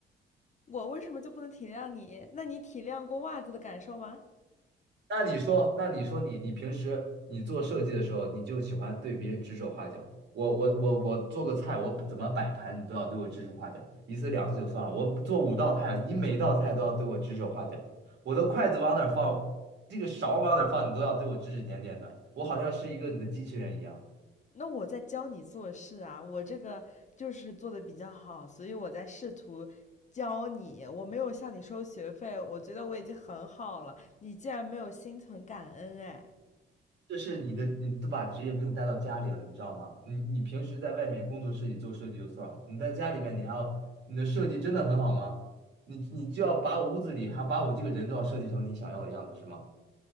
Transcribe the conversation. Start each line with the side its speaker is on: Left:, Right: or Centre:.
Left: 我为什么就不能体谅你？那你体谅过袜子的感受吗？
Right: 那你说，那你说你你平时你做设计的时候，你就喜欢对别人指手画脚。我我我我做个菜，我怎么摆盘，你都要对我指手画脚，一次两次就算了。我做五道菜，你每道菜都要对我指手画脚。我的筷子往哪儿放，这个勺往哪儿放，你都要对我指指点点的。我好像是一个你的机器人一样。
Left: 那我在教你做事啊，我这个就是做的比较好，所以我在试图教你。我没有向你收学费，我觉得我已经很好了。你竟然没有心存感恩，哎，
Right: 这是你的，你都把职业病带到家里了，你知道吗？你你平时在外面工作室里做设计就算了，你在家里面你还要，你的设计真的很好吗？你你就要把屋子里还把我这个人都要设计成你想要的样子是吗？